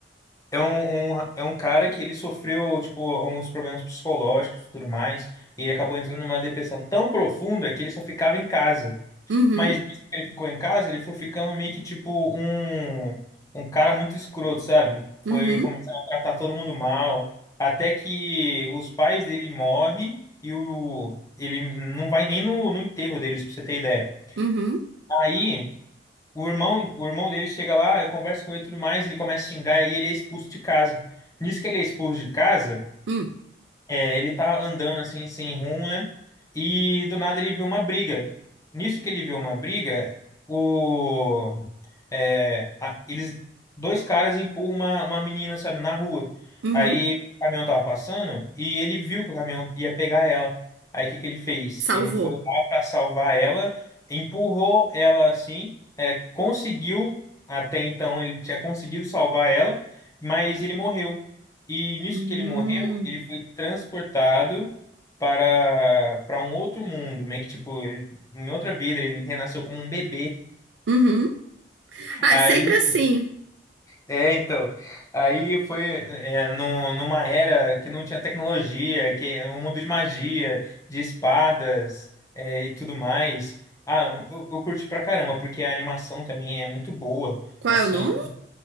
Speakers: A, on the left (about 20°); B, on the right (about 85°).
A: É um, um- é um cara que ele sofreu, tipo, alguns problemas psicológicos e tudo mais, e ele acabou entrando numa depressão tão profunda que ele só ficava em casa.
B: Uhum,
A: Mas nisso que ele ficou em casa, ele foi ficando meio que, tipo, um, um cara muito escroto, sabe?
B: uhum,
A: Foi começando a tratar todo mundo mal, até que os pais dele morrem e o, ele não vai nem no, no enterro deles, pra você ter ideia.
B: uhum,
A: Aí. O irmão, o irmão dele chega lá, conversa com ele e tudo mais, ele começa a xingar e ele é expulso de casa. Nisso que ele é expulso de casa,
B: uhum,
A: é, ele tá andando assim, sem rumo, né? E do nada ele vê uma briga. Nisso que ele vê uma briga, o é, a- eles, dois caras empurram uma, uma menina, sabe, na rua.
B: uhum.
A: Aí o caminhão tava passando e ele viu que o caminhão ia pegar ela. Aí o que que ele fez?
B: Salvou.
A: Ele foi lá para salvar ela, empurrou ela assim, é, conseguiu, até então ele tinha conseguido salvar ela, mas ele morreu. E nisso
B: Hum.
A: que ele morreu, ele foi transportado para para um outro mundo, meio que tipo, ele, em outra vida, ele renasceu como um bebê.
B: Uhum. Ah,
A: Aí
B: é sempre assim.
A: é, então. Aí foi é, no, numa era que não tinha tecnologia, que é um mundo de magia, de espadas é, e tudo mais. Ah, eu, eu curti pra caramba, porque a animação também é muito boa.
B: Qual
A: Assim,
B: é o nome?